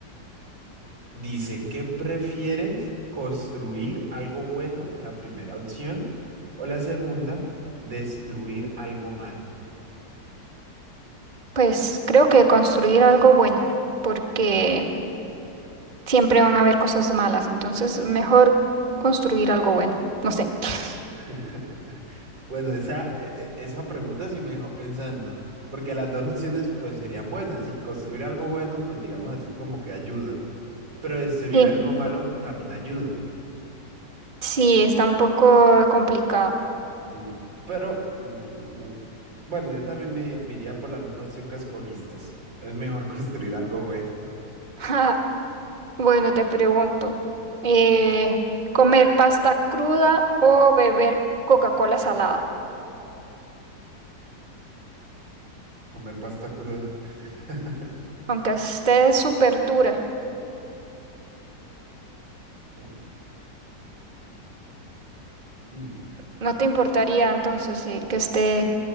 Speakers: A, on the right; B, on the right.
A: Dice, ¿qué prefieres? ¿Construir algo bueno? Es la primera opción. O la segunda, destruir algo malo.
B: Pues creo que construir algo bueno, porque siempre van a haber cosas malas, entonces mejor construir algo bueno. No sé. <laughs>
A: <laughs> Bueno, esa, e- e- esa pregunta sí me dejó pensando, porque las dos opciones pues serían buenas, ¿sí? Construir algo bueno, pues digamos así como que ayuda, pero destruir
B: Sí.
A: algo malo también ayuda,
B: Sí, está un poco complicado.
A: ¿sí? Pero mm, bueno, yo también me, me iría por la misma opción que escogiste. Es mejor <laughs> construir algo bueno,
B: <laughs> Bueno, te pregunto, eh, ¿comer pasta cruda o beber Coca-Cola salada?
A: comer pasta cruda. <laughs>
B: Aunque esté súper dura,
A: Mm. Mm.
B: ¿no te importaría entonces eh, que esté